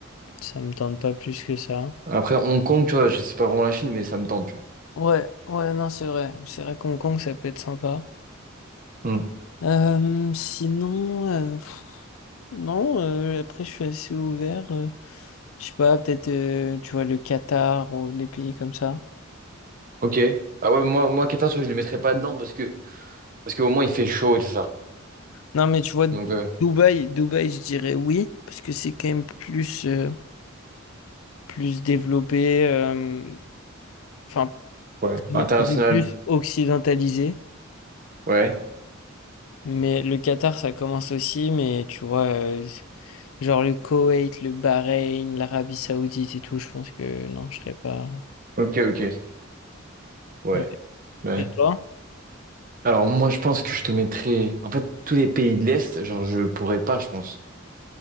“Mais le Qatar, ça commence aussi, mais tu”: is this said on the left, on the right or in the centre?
Left